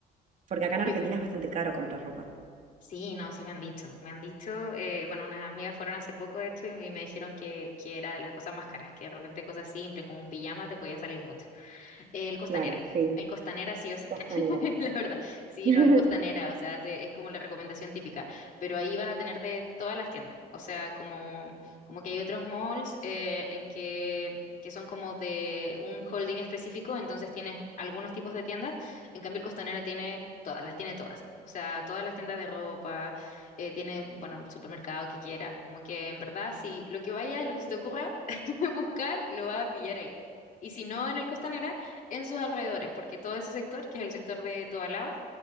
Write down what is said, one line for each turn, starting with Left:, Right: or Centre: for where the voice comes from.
Right: Porque acá en
Left: yo
Right: Argentina es bastante caro comprar ropa.
Left: sí, no, sí me han dicho. Me han dicho, eh, bueno, unas amigas fueron hace poco de hecho y me dijeron que, que era de las cosas más caras, que de repente cosas simples como un pijama te podía salir mucho. El Costanera.
Right: Claro, sí,
Left: El Costanera sí o sí,
Right: costanera.
Left: <laughs> la verdad. Sí,
Right: <laughs>
Left: no, el Costanera, o sea, es, de- es como la recomendación típica, pero ahí vas a tener de todas las tiendas, o sea, como, como que hay otros malls eh, en que, que son como de un holding específico, entonces tienes algunos tipos de tiendas, en cambio el Costanera tiene todas, las tiene todas, o sea, todas las tiendas de ropa, eh, tiene, bueno, el supermercado que quieras, como que en verdad, si lo que vaya, lo que se te ocurra <laughs> buscar, lo vas a pillar ahí. Y si no en el Costanera, en sus alrededores, porque todo ese sector, que es el sector de Tobalaba,